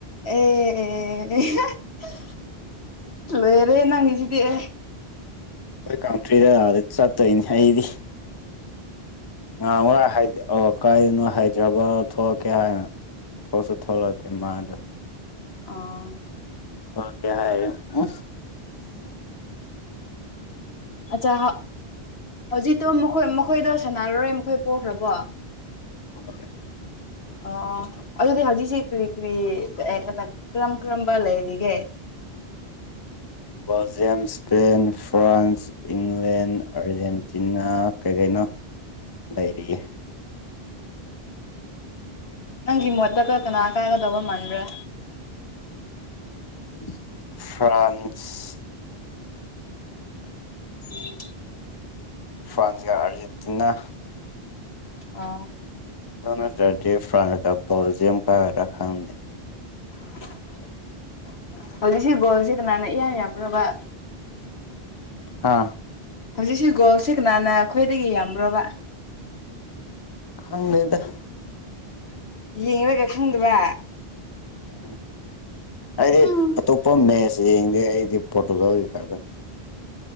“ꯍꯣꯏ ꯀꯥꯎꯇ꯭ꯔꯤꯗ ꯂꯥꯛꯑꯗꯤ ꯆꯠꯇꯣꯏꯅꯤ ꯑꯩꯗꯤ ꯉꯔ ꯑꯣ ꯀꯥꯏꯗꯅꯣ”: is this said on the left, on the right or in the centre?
Left